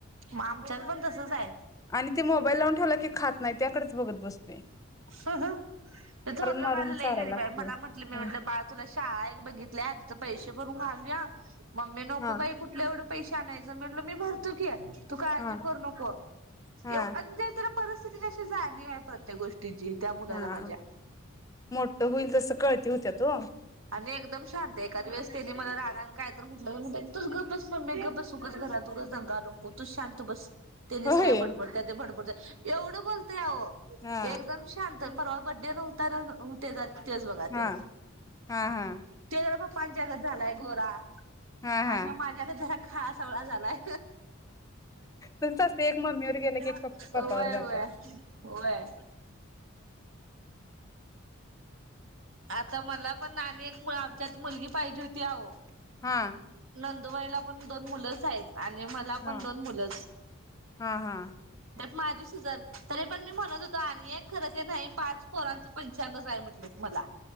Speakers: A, on the right; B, on the left.
A: मग आमच्यात पण तसच आहे.
B: आणि ते मोबाईल लावून ठेवला की खात नाही त्याकडच बघत बसते.
A: ओ हम्म थोरलं
B: मारून
A: माझ लई
B: चारायला
A: गरीब
B: लागतोय
A: आहे मला म्हंटलं मी म्हटलं
B: हं,
A: बाळ तुला शाळा एक बघितल्या तिथं पैसे भरून आलया. मम्मी नको
B: हा
A: बाई कुठलं एवढं. पैश आणायच म्हटल मी भरतो की या. तू काळजी
B: हा
A: करू नको
B: हा
A: एव <unintelligible> परिस्थिती तशी जाणीव आहे प्रत्येक गोष्ट त्याजी त्या मुलाला
B: हा
A: माझ्या म्हणजे
B: मोठ होईल तसं कळती होत्यात ओ
A: आणि एकदम शांत आहे एखाद्या वेळेस त्यांनी मला रा कारण काय तर म्हटलं तूच गप बस मम्मी गप बस उगाच घरात दंगा नको तू शांत बस. त्यानेच
B: होय
A: काय बडबडता ते एवढं बोलतय आओ पोहोचले.
B: हा
A: एकदम शांत परवा बड्डे नव्हता ते तेच बघा
B: हा
A: त
B: हा हा
A: ते ज पाच जगत झालाय घोरा
B: हा हा
A: आणि मग माझ्या न जरा का सावळा झालाय
B: तुमचं असते एक मम्मीवर गेलं
A: य
B: की एक पप्पावर
A: वय
B: जात्यात
A: वय आता मला पण नाणी एक मु आमच्यात मुलगी पाहिजे होती अहो
B: हा
A: नंदुबाईला पण दोन मुलंच आहेत आणि मला
B: हा
A: पण दोन मुलं
B: हा हा
A: माझी सिजर तरी पण मी म्हणत होतो आणि खरं ते नाही पाच पोरांचा पंचांगच हाय म्हणलेत मला